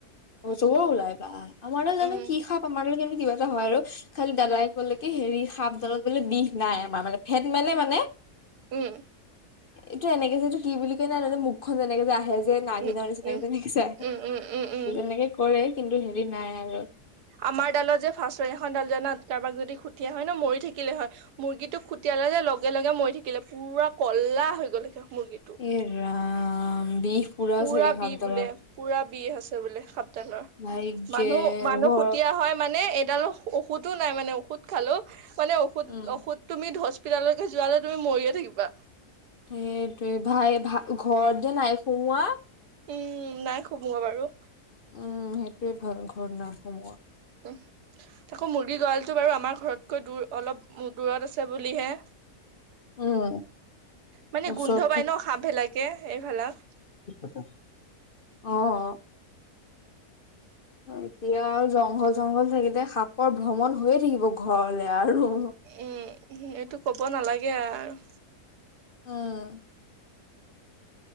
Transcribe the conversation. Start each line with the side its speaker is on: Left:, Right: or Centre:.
Left: অজগৰ ওলায় বা, আমাৰো জানো
Right: উম
Left: কি সাপ। কামুৰিলে কিন্তু কিবা এটা হয় আৰু, খালি দাদাই ক'লে কি হেৰি, সাপডালত বোলে বিষ নাই। আমাৰ মানে ফেন মানে মানে
Right: উম
Left: এইটো এনেকে যে এইটো কি বুলি কয় নাজানো মুখখন এনেকে যে আহে যে নাগিনৰ
Right: উম
Left: নিচিনাকে
Right: উম
Left: যে দেখিছা?
Right: উম উম উম উম
Left: এনেকে কৰে, কিন্তু হেৰি নাই আৰু।
Right: আমাৰ ডালত যে ফাৰ্ষ্টৰ দিনাখন ডাল জানা, কাৰোবাক যদি খুটিলে হয় ন মৰিয়ে থাকিলে হয়। মুৰ্গীটোক খুটিওৱা লগে লগে মৰি থাকিলে, পুৰা ক'লা হৈ গ'ল সেই মুৰ্গীটো।
Left: এ ৰাম। বিষ
Right: পুৰা
Left: চাগে সাপডালত
Right: বিহ বোলে, পুৰা বিহ আছে বোলে সাপডালৰ।
Left: ভাগ্যে
Right: মানুহ, মানুহ
Left: ঘৰত
Right: খুতিয়া হয় মানে, এডালো ঔষধটো নাই মানে, ঔষধ খালোঁ, মানে ঔষধ
Left: উম
Right: ঔষধ। তুমি হস্পিতাললৈকে যোৱালে তুমি মৰিয়ে থাকিবা।
Left: সেইটোৱে ভাই, ভা ঘৰত যে নাই সোমোৱা
Right: উম' নাই সোমোৱা বাৰু।
Left: উম' সেইটোয়ে ভাল। ঘৰত নাই সোমোৱা।
Right: উম' তাকো মুৰ্গী গঁড়ালটো বাৰু আমাৰ ঘৰত কৈ দূৰ, অলপ দূৰত আছে বুলিহে।
Left: উম
Right: মানে
Left: ওচৰত
Right: গোন্ধ পাই ন! সাপবিলাকে এইবিলাক।
Left: কি কথা? অ, অ। এতিয়া আৰু জংঘল-চংঘল থাকিলে সাপৰ ভ্ৰমণ হৈয়ে থাকিব ঘৰলে আৰু।
Right: এ সেইটো ক'ব নালাগে আৰু।
Left: অ'